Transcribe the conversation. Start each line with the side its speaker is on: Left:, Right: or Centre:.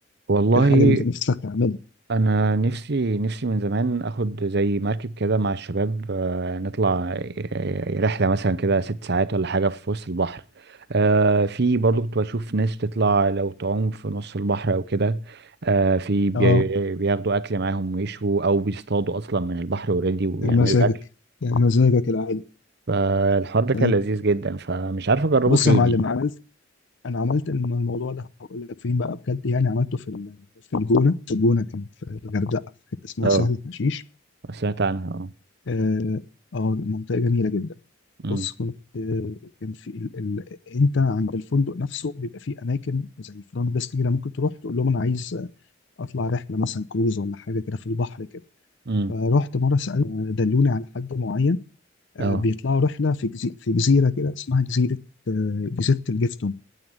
Right: والله
Left: إيه الحاجه اللي انت نفسك تعملها
Right: انا نفسي نفسي من زمان اخد زي مركب كده مع الشباب آه، نطلع آه، آه، رحله مثلا كده ست ساعات ولا حاجه في وسط البحر آه، في برضو كنت بشوف ناس بتطلع لو تعوم في نص البحر او كده آه، في بي-
Left: اه
Right: بياخدوا اكل معاهم ويشوا او بيصطادوا اصلا من البحر اوريدي ويعملوا
Left: يا مزاجك
Right: اكل
Left: يا مزاجك العالي
Right: فالحوار ده كان
Left: آه.
Right: لذيذ جدا فمش عارف اجربه
Left: بص
Right: فين
Left: يا معلم
Right: يعني
Left: عملت انا عملت الم- الموضوع ده هقول لك فين بقى بجد يعني عملته في ال- في الجونه في الجونه كان في الغردقه في حته اسمها
Right: اه
Left: سهل حشيش
Right: سمعت عنها اه
Left: اه آه، منطقه جميله جدا
Right: امم
Left: بص كنت آه، كان في ال... ال... انت عند الفندق نفسه بيبقى فيه اماكن زي فرونت ديسك كده ممكن تروح تقول لهم انا عايز آه، اطلع رحله مثلا كروز ولا حاجه كده في البحر كده
Right: امم
Left: فرحت مره سالت آه، دلوني على حد معين آه،
Right: اه
Left: بيطلعوا رحله في جزي... في جزيره كده اسمها جزيره آه، جزيره الجفتون